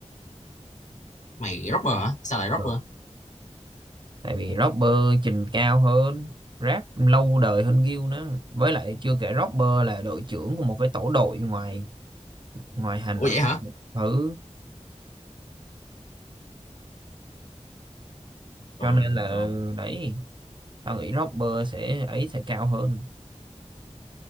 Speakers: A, on the left; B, on the right.
A: mày rapper hả sao lại rapper
B: Ừ. tại vì rapper trình cao hơn rap lâu đời hơn Gil nữa với lại chưa kể rapper là đội trưởng của một cái tổ đội ngoài ngoài hành
A: ủa
B: à
A: vậy hả
B: ừ
A: còn
B: cho nên là
A: còn
B: đấy tao nghĩ Robber sẽ ấy sẽ cao hơn